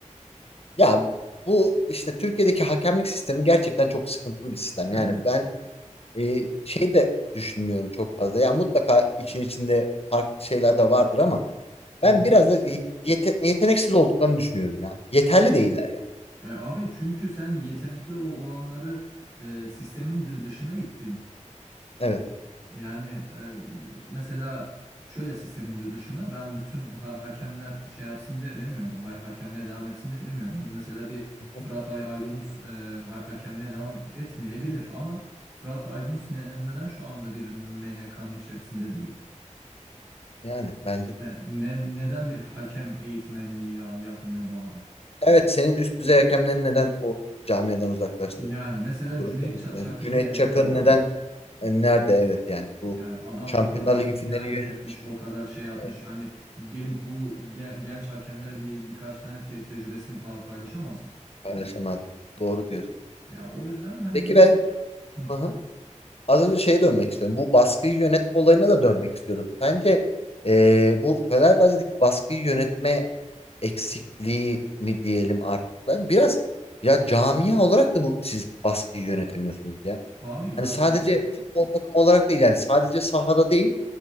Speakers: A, on the left; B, on the right.
A: Ya bu işte Türkiye'deki hakemlik sistemi gerçekten çok sıkıntılı bir sistem.
B: Evet.
A: Yani ben e, şey de düşünmüyorum çok fazla. Ya mutlaka için içinde farklı şeyler de vardır ama
B: Hı
A: ben
B: hı.
A: biraz da yete- yeteneksiz olduklarını düşünüyorum ya. Yeterli değiller yani.
B: E, abi çünkü sen yetenekli o olanları e, sistemin dı- dışına ittin.
A: Evet.
B: Yani e, mesela şöyle sistemin dı- dışına ben bütün ha- hakemler şey yapsın de demiyorum. Ha hakemliğe devam etsin de demiyorum. Mesela bir
A: Hı
B: Fırat
A: hı.
B: Ay Aydınus e, ha- hakemliğe devam etmeyebilir ama Fırat Aydınus ne ne- neden şu anda bir MHK'nın içerisinde değil?
A: Yani bence de.
B: Ne ne- neden bir hakem eğitmenliği ya yapmıyor bu adam?
A: Evet senin üst düzey hakemleri neden o camiadan uzaklaştırdın?
B: Yani mesela
A: Burak'ın
B: Cüneyt
A: ilk-
B: Ça-
A: yani
B: Çakır
A: Cüneyt
B: ne
A: Çakır
B: nerede abi?
A: neden e, nerede evet yani bu
B: Yani adam
A: Şampiyonlar
B: o kadar final
A: Ligi finali yönetmiş
B: yönetmiş, o
A: bir
B: kadar şey yapmış.
A: evet
B: Yani gelip bu ge- genç hakemlere bir birkaç tane te- tecrübesini pa- paylaşamaz mı?
A: paylaşamaz. Doğru
B: Yani.
A: diyorsun.
B: Ya o yüzden hani
A: Peki ben
B: hı,
A: aha, az önce şeye dönmek istiyorum. Bu baskıyı yönetme olayına da dönmek istiyordum. Sence e, bu Fenerbahçe'deki baskıyı yönetme eksikliği mi diyelim artık? Ben biraz ya camia olarak da bu siz baskıyı yönetemiyorsunuz ya.
B: abi
A: Hani
B: bak
A: sadece
B: bizim
A: futbol takımı olarak değil yani sadece sahada değil.